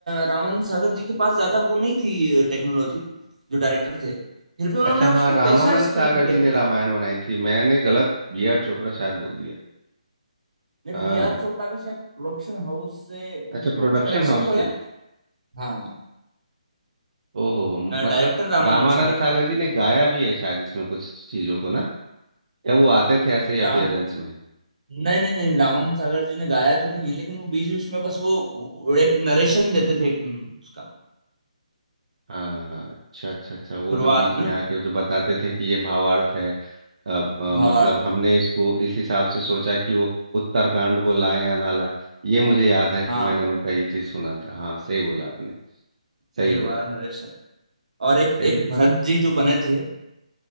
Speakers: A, on the right; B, on the right.
A: रामानंद सागर जी के पास ज्यादा वो नहीं थी टेक्नोलॉजी जो डायरेक्टर थे फिर भी उन्होंने
B: अच्छा हाँ
A: उसको
B: रामानंद
A: कैसा स्क्रीन
B: सागर
A: प्ले
B: जी
A: किया
B: ने रामायण बनाई थी मैंने गलत बी आर चोपड़ा शायद बोल दिया हाँ
A: वी आर चोपड़ा का शायद प्रोडक्शन हाउस से उसका
B: अच्छा प्रोडक्शन
A: कुछ कनेक्शन
B: हाउस
A: तो
B: थी
A: है हाँ
B: ओहो मतलब
A: डायरेक्टर रामानंद
B: रामानंद
A: सागर
B: सागर
A: जी
B: जी ने गाया भी है शायद इसमें कुछ चीजों को ना या वो आते थे ऐसे ही
A: थे
B: अपियरेंस में
A: नहीं नहीं नहीं रामानंद सागर जी ने गाया तो नहीं है लेकिन वो बीच बीच में बस वो, वो एक नरेशन देते थे एक न- उसका
B: हाँ अच्छा अच्छा अच्छा वो
A: शुरुआत
B: जो बीच
A: में
B: में आके वो जो बताते थे कि ये भावार्थ है अब अ,
A: भावार्थ
B: मतलब हमने
A: है
B: इसको इस हिसाब से सोचा कि वो उत्तरकांड को लाएं या ना लाएं ये मुझे याद है
A: हाँ
B: कि मैंने उनका ये चीज सुना था हाँ सही बोला आपने सही
A: ये
B: बोला
A: वाला नरेशन और एक
B: सही
A: एक भरत जी जो बने थे